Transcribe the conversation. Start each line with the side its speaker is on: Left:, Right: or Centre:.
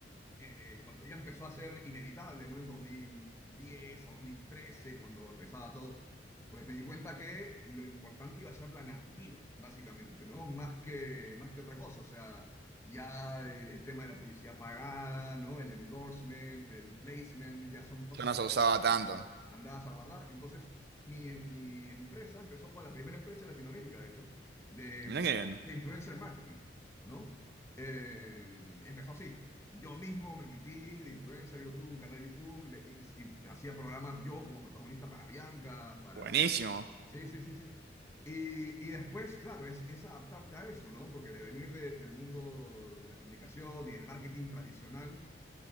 Left: eh, cuando ya empezó a ser inevitable, ¿no? En 2010 a dos mil trece cuando empezaba todo, pues me di cuenta que lo importante iba a ser la narrativa, básicamente, ¿no? Más que, más que otra cosa, o sea, ya el, el tema de la publicidad pagada, ¿no? El endorsement, el placement, ya son cosas
Right: Yo no se usaba tanto.
Left: mandadas a guardar. Entonces, mi, mi empresa empezó como la primera empresa en Latinoamérica, de hecho, de,
Right: Mirá qué bien.
Left: de influencer marketing, ¿no? Eh, empezó así. Yo mismo me metí de influencer, yo tuve un canal de YouTube le- y, y hacía programas yo como protagonista para Bianca, para...
Right: Buenísimo.
Left: Sí, sí, sí, sí. Y, y después, claro, es, es adaptarte a eso, ¿no? Porque de venir de- del mundo de la comunicación y el marketing tradicional,